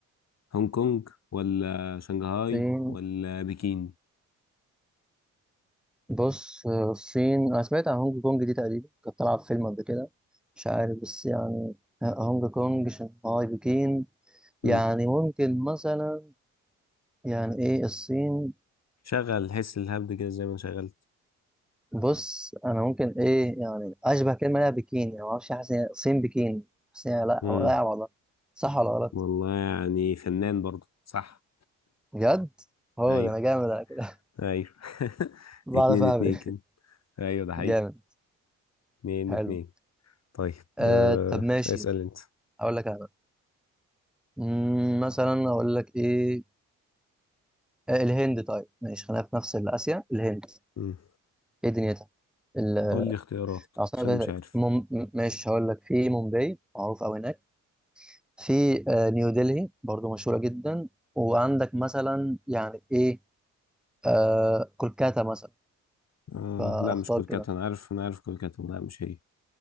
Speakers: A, on the left; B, in the centre.
A: هونج كونج ولا شنغهاي
B: الصين
A: ولا بكين
B: بص آه، الصين انا سمعت عن هونج كونج دي تقريبا كانت طالعه في فيلم قبل كده مش عارف بس يعني آه، هونج كونج شنغهاي بكين يعني
A: مم.
B: ممكن مثلا يعني ايه الصين
A: شغل حس الهبد كده زي ما شغلت
B: بص انا ممكن ايه يعني اشبه كلمه ليها بكين يعني ما اعرفش حاسس إن هي الصين بكين حاسس إن هي لا
A: مم.
B: لا والله صح ولا غلط
A: والله يعني فنان برضو صح
B: بجد هو
A: <laughs> ايوه
B: ده انا جامد على كده <laughs>
A: ايوه <laughs>
B: بعرف
A: اتنين
B: اعمل
A: اتنين
B: إيه.
A: كده ايوه ده حقيقي
B: جامد
A: اتنين
B: حلو
A: اتنين طيب
B: آه
A: آه
B: طب ماشي
A: اسأل انت
B: اقول لك انا مم، مثلا اقول لك ايه آه، الهند طيب ماشي خلينا في نفس آسيا الهند
A: مم.
B: ايه دنيتها ال-
A: قول لي اختيارات
B: العاصمة
A: عشان
B: بتاعتها
A: مش
B: إيه؟
A: عارف
B: مم... ماشي هقول لك في مومباي معروف أوي هناك في آه، نيو دلهي برضو مشهورة جدا وعندك مثلا يعني ايه آه... كولكاتا مثلا
A: آه
B: فاختار
A: لا مش كولكات
B: كده
A: انا عارف انا عارف كولكات لا مش هي